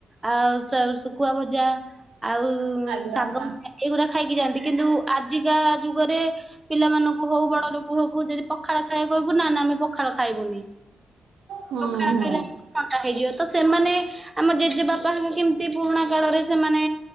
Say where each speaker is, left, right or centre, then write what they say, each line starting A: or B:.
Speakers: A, on the right; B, on the right.
A: ଆଉ ଶୁଖୁଆ ମଜା ଆଉ,
B: ଆଜ୍ଞା
A: ଶାଗ
B: ଆଜ୍ଞା
A: ଏଇଗୁଡା ଖାଇକି ଯାଆନ୍ତି। କିନ୍ତୁ ଆଜିକା ଯୁଗରେ, ପିଲାମାନଙ୍କୁ ହଉ ବଡ ଲୋକ ଯଦି ପଖାଳ ଖାଇଳିବା, କହିବୁ ନା ନା ଆମେ ପଖାଳ ଖାଇବୁନି।
B: ହୁଁ
A: ପଖାଳ
B: ହୁଁ
A: ଖାଇଲେ ଥଣ୍ଡା ହେଇଯିବ ତ ସେମାନେ ଆମ ଜେଜେବାପାଙ୍କ କେମିତି ପୁରୁଣା କାଳରେ ସେମାନେ